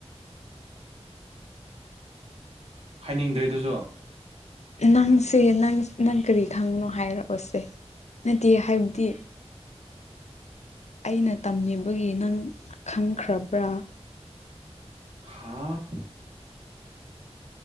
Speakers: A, on the left; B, on the right.
A: <inaudible>
B: ꯍꯥꯏꯅꯤꯡꯗ꯭ꯔꯦ ꯑꯗꯨꯁꯨ
A: ꯅꯪꯁꯦ ꯅꯪ ꯅꯪ ꯀꯔꯤ ꯈꯪꯅꯣ ꯍꯥꯏꯔꯛꯑꯣꯁꯦ ꯅꯠꯇꯦ ꯍꯥꯏꯕꯗꯤ ꯑꯩꯅ ꯇꯝꯅꯤꯡꯕꯒꯤ ꯅꯪ ꯈꯪꯈ꯭ꯔꯕ꯭ꯔꯥ
B: ꯍꯥꯥ